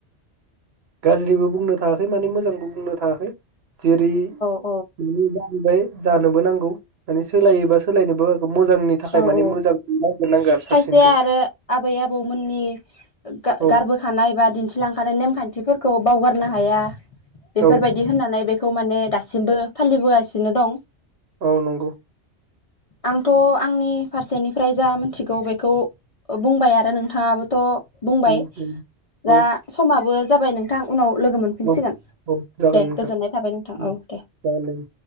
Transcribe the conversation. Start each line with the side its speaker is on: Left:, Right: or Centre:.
Right: गाज्रिबो बुंनो थाङाखै माने मोजांबो बुंनो थाङाखै जेरै
Left: औ
Right: <unintelligible> जाहैबाय जानोबो नांगौ माने सोलायोबा सोलायनोबो मोजांनि थाखाय
Left: औ
Right: माने
Left: औ
Right: मोजां नागिरनांगौ आरो साबसिनखौ
Left: खायसेया आरो आबै आबौमोननि गा‌
Right: औ
Left: गारबोखानाय बा दिन्थिलांखानाय नेमखान्थिफोर खौ बावगारनो हाया बेफोरबायदि
Right: औ
Left: होननानै बेखौ माने दास दासिमबो फालिबोगासिनो दं।
Right: औ नंगौ।
Left: आंथ' आंनि फारसेनिफ्राय जा मोनथिगौ बेखौ ओ बुंबाय आरो नोंथाङाबोथ' बुंबाय
Right: औ नंगौ
Left: दा
Right: औ
Left: समाबो जाबाय नोंथां उनाव लोगो मोनफिनसिगोन
Right: औ औ जागोन
Left: दे
Right: नोंथां
Left: गोजोननाय थाबाय नोंथां
Right: उम
Left: औ दे।
Right: जागोन दे